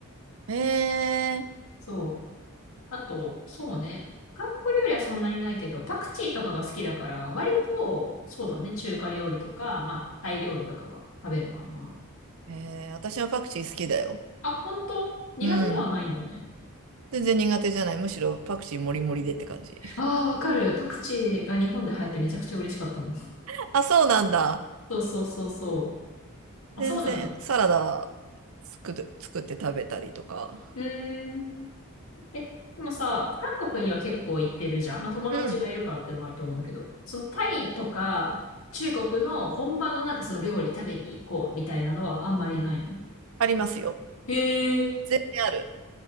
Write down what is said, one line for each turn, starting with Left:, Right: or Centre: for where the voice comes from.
Right: ええ
Left: そう。あと、そうね。韓国料理はそんなにないけど、パクチーとかが好きだから、割と、そうだね、中華料理とか、まあ、タイ料理とかは食べるかな。
Right: えー、私はパクチー好きだよ。
Left: あ、本当苦手ではないんだね。
Right: うん。全然苦手じゃない。むしろパクチーもりもりでって感じ。
Left: ああ、わかる。パクチーが日本で流行ってめちゃくちゃ嬉しかったもん。
Right: <laughs> あ、そうなんだ。
Left: <laughs> そうそうそうそう。あ、
Right: 全然サラダ作る、
Left: そうなんだ。
Right: 作って食べたりとか。
Left: うーん。え、でもさ、韓国には結構行ってるじゃん。まあ、友達がいるからっていうのもあると思うんだけど、
Right: うん。
Left: そのタイとか、中国の本場のなんかその料理食べに行こうみたいなのはあんまりないの
Right: ありますよ。
Left: へえ、
Right: 全然ある。